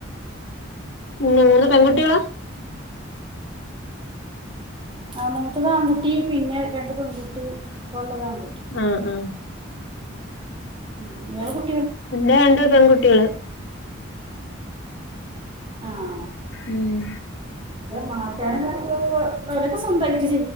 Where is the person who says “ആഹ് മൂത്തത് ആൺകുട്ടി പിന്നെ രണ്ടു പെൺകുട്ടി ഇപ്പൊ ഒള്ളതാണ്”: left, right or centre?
Right